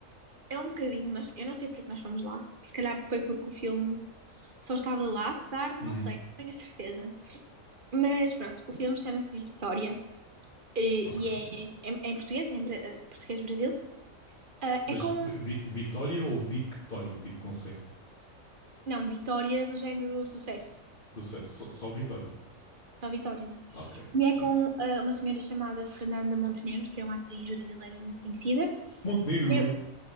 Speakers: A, on the right (about 45°); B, on the left (about 40°).
A: É um bocadinho, mas eu não sei porque é que nós fomos lá. Se calhar foi porque o filme só estava lá de tarde,
B: Uhum.
A: não sei, não tenho a certeza. Mas pronto, o filme chama-se Vitória eh,
B: Ok.
A: e é em, em português, é em bra- eh, português Brasil. Ah,
B: Mas
A: é com,
B: vi- Vitória ou Victória, tipo com C?
A: não, Vitória do género sucesso,
B: Sucesso, só, só Vitória.
A: só Vitória.
B: Ok,
A: E
B: sim.
A: é com ah, uma senhora chamada Fernanda Montenegro, que é uma atriz brasileira muito conhecida.
B: Montenegro,
A: Eu-